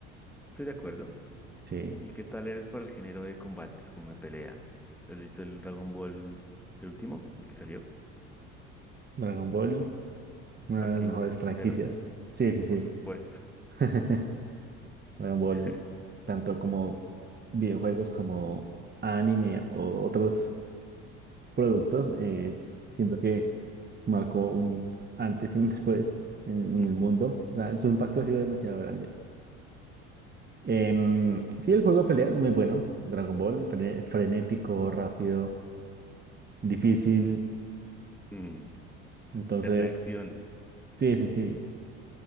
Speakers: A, in the centre; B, on the right.
A: Estoy de acuerdo.
B: Sí,
A: ¿Y qué tal eres para el género de combates como de pelea? ¿Has visto el Dragon Ball, el último, el que salió?
B: Dragon Ball, una
A: Parking,
B: de las mejores franquicias.
A: pero
B: Sí, sí, sí.
A: por supuesto.
B: <laughs> Dragon Ball,
A: <laughs>
B: tanto como videojuegos como anime o otros productos, eh, siento que marcó un antes y un después en,
A: Ujú.
B: en el mundo. O sea, su impacto ha sido demasiado grande. Em, sí, el juego de pelea es muy bueno. Dragon Ball, fre- frenético, rápido, difícil.
A: Mm,
B: Entonces,
A: de reacción
B: sí, sí, sí.